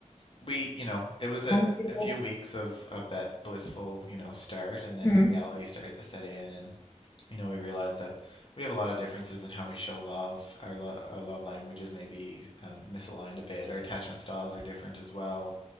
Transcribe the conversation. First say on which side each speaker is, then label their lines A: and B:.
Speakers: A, on the left (about 45°); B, on the left (about 20°).
A: we, you know, it was a,
B: Wow, that's beautiful.
A: a few weeks of of that blissful, you know, start and then
B: hmm
A: reality started to set in and you know, we realize that we have a lot of differences in how we show love. Our, lo our love languages may be um, misaligned a bit. Our attachment styles are different as well.